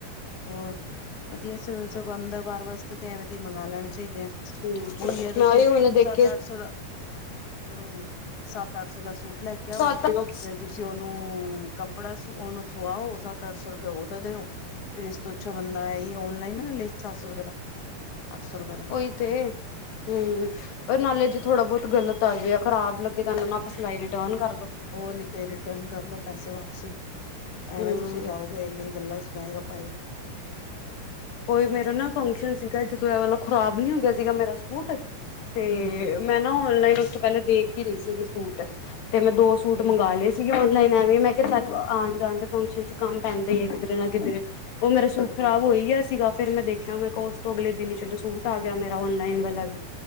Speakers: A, on the left (about 35°); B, on the left (about 85°).
A: ਹੋਰ, ਵਧੀਆ ਸੀ ਸਗੋਂ ਅੰਦਰ -ਬਹਾਰ ਵਾਸਤੇ ਤੇ ਐਵੇਂ ਦੇ ਮੰਗਵਾ ਲੈਣੇ ਚਾਹੀਦੇ ਆ।
B: ਹੂੰ,
A: ਉਹੀ ਹੈ ਤੁਸੀਂ
B: ਨਾਲ਼ੇ ਹੁਣ ਦੇਖੋ।
A: ਸੱਤ- ਅੱਠ ਸੌ ਦਾ, ਹਾਂ, ਸੱਤ -ਅੱਠ ਸੌ ਦਾ ਸੂਟ ਲੈ ਕੇ ਆਓ
B: ਸੱਤ
A: ਫੇਰ
B: ਹੂੰ
A: ਤੁਸੀਂ ਤੇ ਉਹਨੂੰ, ਕੱਪੜਾ ਉਹਨੂੰ ਸੁਆਓ, ਸੱਤ- ਅੱਠ ਸੌ ਰੁਪਏ ਉਹਦਾ ਦਿਓ। ਫਿਰ ਇਸ ਤੋਂ ਅੱਛਾ ਬੰਦਾ ਇਹ ਔਨਲਾਈਨ ਨਾ ਕਰ ਲਏ ਸਤ ਰੁਪਏ ਦਾ, ਅੱਠ ਸੌ ਰੁਪਏ ਦਾ।
B: ਈ ਤੇ, ਹੂੰ, ਔਰ ਨਾਲੇਜ ਥੋੜਾ -ਬਹੁਤ ਗਲਤ ਤਾਂ ਜੋ ਖ਼ਰਾਬ ਲੱਗੇ ਤਾਂ ਤਾਅਨੂ ਨਾ ਪਸੰਦ ਆਏ ਰਿਟਰਨ ਕਰ ਦੋ।
A: ਹੋਰ ਨੀ ਤੇ ਰਿਟਰਨ ਕਰਲੋ ਪੈਸੇ ਵਾਪਸੀ,
B: ਹੂੰ
A: ਐਵੇਂ ਤੁਸੀਂ ਜਾਓ। ਫੇਰ ਇੰਨੀ ਗੱਲਾਂ ਸੁਨਾਯੇ ਗਾ ਪਾਈ।
B: ਕੋਈ ਮੇਰਾ ਨਾ ਫੰਕਸ਼ਨ ਸੀਗਾ ਜਦੋਂ ਦਾ ਮਤਲਬ ਖ਼ਰਾਬ ਨੀ ਹੋ ਗਿਆ ਸੀਗਾ ਮੇਰਾ ਸੂਟ, ਤੇ
A: ਹਾਂਜੀ
B: ਮੈਂ ਨਾ ਔਨਲਾਈਨ ਉਸ ਤੋਂ ਪਹਿਲਾਂ ਦੇਖ ਹੀ ਰਹੀ ਸੀਗੀ ਸੂਟ, ਤੇ ਮੈਂ ਦੋ ਸੂਟ
A: ਹੂੰ
B: ਮੰਗਵਾ ਲਏ ਸੀ। ਸੀ ਔਨਲਾਈਨ ਐਵੇਂ ਮੈਂ ਕਿਹਾ ਚੱਲ ਆਉਣ ਜਾਣ ਦੇ ਫੰਕਸ਼ਨ ਚ' ਕੰਮ ਪੈਂਦਾ ਹੀ ਹੈ ਕਿਧਰੇ ਨਾ ਕਿਧਰ। ਉਹ ਮੇਰਾ ਸੁਟ
A: ਹੂੰ
B: ਖਰਾਬ ਹੋਈ ਗਿਆ ਸੀ। ਸੀਗਾ ਫੇਰ ਮੈਂ ਦੇਖਿਆ ਮੈਂ ਕਿਹਾ ਉਸ ਤੋਂ ਅਗਲੇ ਦਿਨ ਹੀ ਚਲੋ ਸੂਟ ਆ ਗਿਆ ਮੇਰਾ ਔਨਲਾਈਨ ਵਾਲਾ ਵੀ,